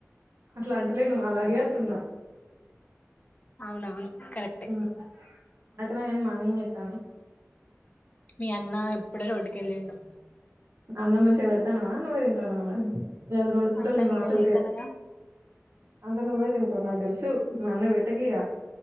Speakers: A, on the right; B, on the left.
A: అట్లా అంటలే నువ్వు అలాగే అ కుతున్నా
B: అవునవును కరెక్టే
A: ఆ అత్తమ్మ మా అన్న ఏం చేతల్లు
B: మీ అన్న ఇప్పుడే రోడ్డుకి వెళ్ళింండు
A: అన్నమంచ ఈత్తనవ నువ్వేదింతనవ్ మరి ఇయాల రెండు పూటలు
B: అంతా
A: తిన్నావు
B: నేను
A: అసలుకే
B: తింటనగా
A: అంటే నువ్వే తింటావు నాకు తెలుసు మా అన్నకు పెట్టకు ఇగ